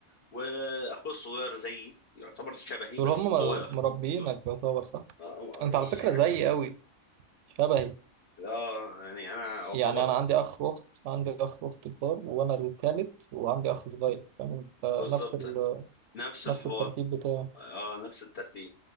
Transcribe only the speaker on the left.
واخوي الصغير زيي يعتبر شبهي
بس
انطوائي
أكتر.
اه
إيه.
آه، يعني انا اعتبر
بالظبط
نفس
الحوار
اه نفس الترتيب